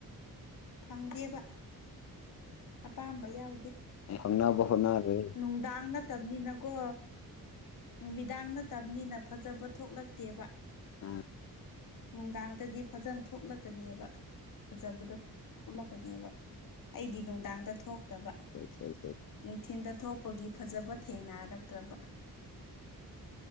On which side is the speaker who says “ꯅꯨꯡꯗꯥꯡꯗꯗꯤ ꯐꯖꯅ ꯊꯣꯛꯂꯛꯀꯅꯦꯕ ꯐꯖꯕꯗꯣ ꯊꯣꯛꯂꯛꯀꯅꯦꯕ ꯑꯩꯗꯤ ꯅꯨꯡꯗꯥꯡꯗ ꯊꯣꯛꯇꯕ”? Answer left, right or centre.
Left